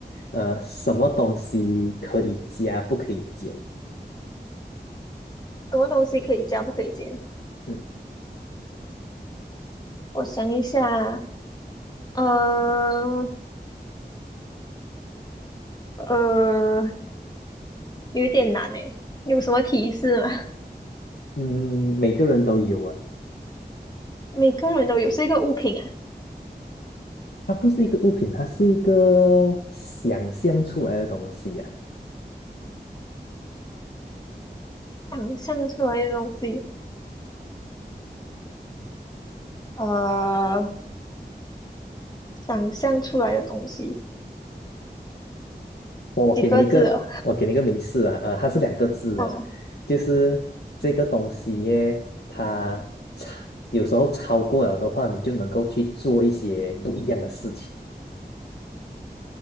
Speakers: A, on the left (about 75°); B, on the left (about 25°).
A: 呃，什么东西可以加不可以减？
B: 么东西可以加不可以减？
A: 嗯
B: 我想一下，嗯呃，呃有点难诶，有什么提示吗？
A: 嗯，每个人都有啊，
B: <laughs> 每个人都有，是一个物品啊，
A: 它不是一个物品，它是一个想象出来的东西啊。
B: 想象出来的东西，呃，想象出来的东西，
A: 我给你一个，
B: 几个字啊？
A: 我给你一个明示啊，啊，它是两个字的，
B: 啊，
A: 就是这个东西耶，它超有时候超过了的话，你就能够去做一些不一样的事情